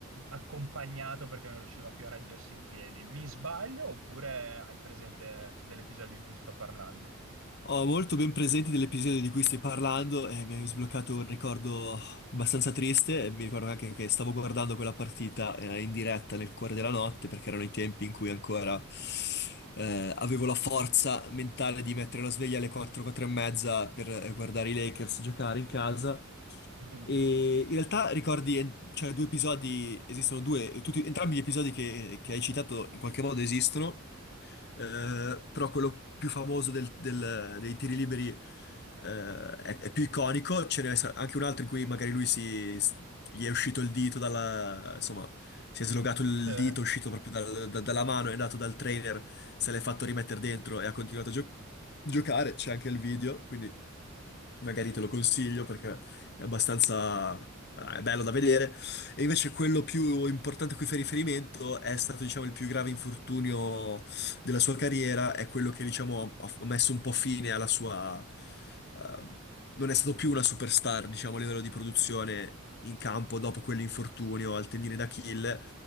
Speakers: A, on the right (about 80°); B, on the left (about 50°).
A: accompagnato perché non riusciva più a reggersi in piedi. Mi sbaglio oppure hai presente dell'episodio di cui sto parlando?
B: Ho molto ben presente dell'episodio di cui stai parlando e mi hai sbloccato un ricordo abbastanza triste. Mi ricordo anche che stavo guardando quella partita eh, in diretta nel cuore della notte perché erano i tempi in cui ancora eh, avevo la forza mentale di mettere la sveglia alle 4, 4 e mezza per eh, guardare i Lakers giocare in casa.
A: <laughs>
B: E in realtà ricordi, eh, cioè, due episodi, esistono due, tutti, entrambi gli episodi che, che hai citato in qualche modo esistono, eh, però quello più famoso del- del- dei tiri liberi, eh, è, è più iconico, ce n'è sa- anche un altro in cui magari lui si, si- gli è uscito il dito dalla, insomma, si è slogato il
A: Eh,
B: dito, è uscito proprio dal- da- dalla mano, è andato dal trainer, se l'è fatto rimettere dentro e ha continuato a gio- giocare, c'è anche il video, quindi magari te lo consiglio perché è abbastanza è bello da vedere. E invece quello più importante a cui fa riferimento è stato, diciamo, il più grave infortunio della sua carriera, è quello che, diciamo, ha ha messo un po' fine alla sua... eh, non è stato più una superstar, diciamo, a livello di produzione in campo dopo quell'infortunio al tendine d'Achille.